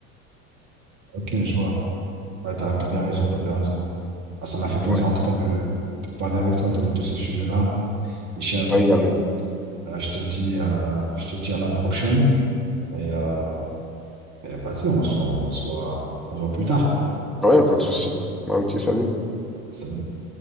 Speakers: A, on the right; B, in the centre.
A: Ok, je vois. Ouais, t'as, t'as bien raison, t'as bien raison. Ah, ça m'a fait plaisir,
B: Ouais,
A: en tout cas, de, de parler avec toi de, de ce sujet-là. Hicham,
B: ouais, également.
A: euh, je te dis, euh, je te dis à la prochaine. Et, euh, et vas-y, on se on se voit, on se voit plus tard.
B: Ouais, pas de souci. Bah, ok, salut.
A: Salut.